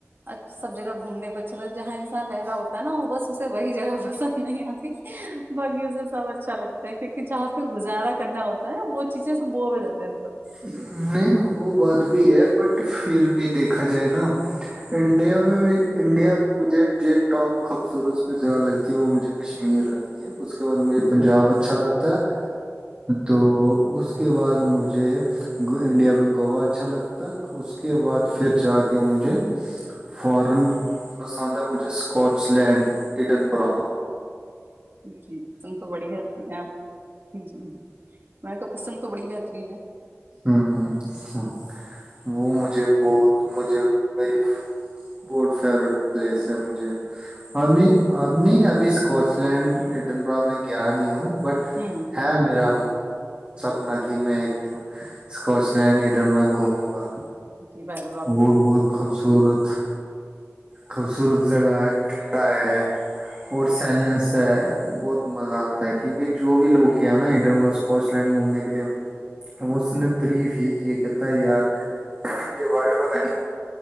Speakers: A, on the right; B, on the right.
A: <unintelligible> ਸਭ ਜਗਾ ਘੁੰਮੇ ਪੇ ਅੱਛਾ ਲੱ ਜਾਂ ਇਨਸਾਨ ਰਹਿ ਰਿਹਾ ਹੋਤਾ ਨਾ ਉਹ ਬਸ ਉੇ ਵਹੀ ਜਗਾ ਪਸੰਦ ਨਹੀਂ ਆਤੀ <unintelligible> ਸਭ ਅੱਛਾ ਲਗਦਾ ਹੈ ਕਿਉਂਕਿ ਜ ਪਿਰ ਗੁਜ਼ਾਰਾ ਕਰਨਾ ਹੋਤਾ ਐ ਉਹ ਚੀਜ਼ੇ ਸ ਬੋਰ ਹੋ ਜਾਤਾ ਉਨਕਾ
B: ਨਹੀਂ ਉਹ ਬਾਤ ਵੀ ਹੈ ਬਟ ਫਿਰ ਵੀ ਦੇਖਾ ਜਾਏ ਨਾ ਇੰਡੀਆ ਮੇ ਬੀ ਇੰਡੀਆ ਮੇ ਮੁਝੇ ਜੇ ਟੋਪ ਖੂਬਸੂਰਤ ਕੋਈ ਜਗਾ ਲਗਤੀ ਹੈ ਵੋ ਮੁਝੇ ਕਸ਼ਮੀਰ ਲਗਤੀ ਉਸ ਕੇ ਬਾਅਦ ਮੁਝੇ ਪੰਜਾਬ ਅੱਛਾ ਲੱਗਤਾ ਐ। ਤਾਂ ਉਸਕੇ ਬਾਅਦ ਮੁਝੇ ਇੰਡੀਆ ਮੈਂ ਗੋਵਾ ਅੱਛਾ ਲਗਤੈ। ਉਸਕੇ ਬਾਅਦ ਫਿਰ ਜਾ ਕੇ ਮੁਜੇ ਫੋਰਨ ਪਸੰਦ ਆ ਮੁਜੇ ਸਕੋਟਸਲੈਂਡ। ਇਡਨ ਬਰਾ
A: ਜੀ ਪਸੰਦ ਤੋਂ ਬੜੀ ਹੈਤੀ ਮੈਂ <unintelligible> ਮੈਂ ਕਿਆ ਪਸੰਦ ਤੋਂ ਬੜੀ ਬੇਹਰੀਨ ਹੈ।
B: ਹਾਂ ਹਾਂ। ਮੁ ਮੁਝੇ ਬਹੁਤ ਮੁਜੇ ਮੇਰੀ ਫੁੱਲ ਫੈਵਰੇਟ ਪਲੇਸ ਹੈ। ਅ ਨੀ ਅਬ ਨੀ ਅਬੀ ਸਕੋਚਲੈਂਡ ਇਡਨ ਬਰਾ ਮੈਂ ਗਿਆ ਨਈ ਹੁੰ ਬਟ
A: ਹੁੰ
B: ਐ ਮੇਰਾ ਸਪਨਾ ਕਿ ਮੈਂ ਏਕ ਦਿਨ ਸਕੋਚਲੈਂਡ ਹਿਡਨਵਰਕ ਘੁਮੂਗਾ।
A: ਜੀ ਵਾਏਗੁਰੂ।
B: ਬੌਤ ਬੌਤ ਖੂਬਸੂਰਤ, ਖੂਬਸੂਰਤ ਜਗਾ ਐ। ਠੰਡਾ ਹੈ ਔਰ ਸਾਇਲੈਂਸ ਹੈ ਬੌਤ ਮਜ਼ਾ ਆਤਾ ਹੈ ਕਿਉਂਕਿ ਜੋ ਵੀ ਲੋਕ ਗਿਆ ਨਾ ਹਿਡਨਵਾਸ ਕੋਸਲੈਂਡ ਘੁਮਨੇ ਕੇ ਲਿਏ ਉਸਨੇ ਤਰੀਫ ਹੀ ਕੀ ਕੈਤਾ ਯਾਰਕ ਜੇ ਵਰਲਡ ਮੇਂ ਕਹੀਂ